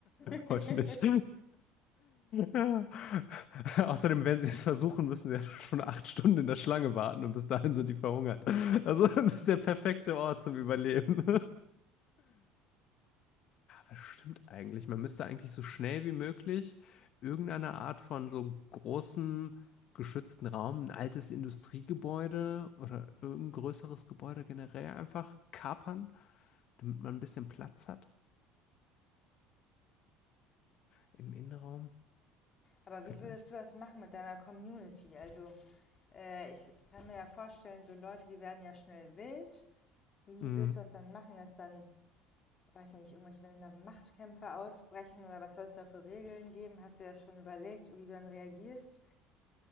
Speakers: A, on the left; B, on the left.
A: <laughs>
B: Heute nicht. Ja. Außerdem, wenn sie es versuchen, müssen sie ja schon acht Stunden in der Schlange warten und bis dahin sind die verhungert. Also, das ist der perfekte Ort zum Überleben. Was stimmt eigentlich? Man müsste eigentlich so schnell wie möglich irgendeine Art von so großem geschützten Raum, ein altes Industriegebäude oder irgendein größeres Gebäude generell einfach kapern, damit man ein bisschen Platz hat im Innenraum
A: Aber
B: vielleicht.
A: wie würdest du das machen mit deiner Community? Also äh, ich kann mir ja vorstellen, so Leute, die werden ja schnell wild. Wie
B: Mm.
A: willst du das dann machen, dass dann, weiß nicht, irgendwelche, wenn da Machtkämpfe ausbrechen oder was soll es da für Regeln geben? Hast du ja schon überlegt, wie du dann reagierst?